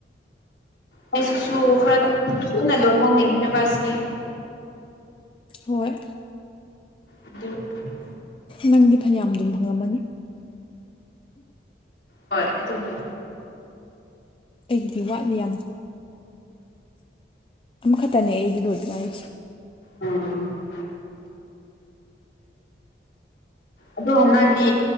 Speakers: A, on the left (about 65°); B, on the left (about 30°).
A: ꯑꯩꯁꯤꯁꯨ ꯈꯔ ꯊꯨꯅ ꯂꯣꯍꯟꯅꯤꯡꯆ꯭ꯔꯦꯕ ꯑꯁꯤ
B: ꯍꯣꯏ <inaudible> <unintelligible>
A: ꯑꯗꯨ <inaudible>
B: ꯅꯪꯗꯤ ꯐꯅꯌꯥꯝ ꯗꯨꯝ ꯐꯪꯉꯝꯃꯅꯤ
A: ꯍꯣꯏ ꯑꯗꯨꯕꯨ
B: ꯑꯩꯒꯤꯗꯤ ꯋꯥꯠꯂꯤ ꯌꯥꯝꯅ ꯑꯃꯈꯛꯇꯅꯦ ꯑꯩꯗꯤ ꯂꯣꯏꯗ ꯉꯥꯏꯔꯤ
A: ꯎꯝ ꯑꯗꯨ ꯍꯟꯗꯛꯀꯤ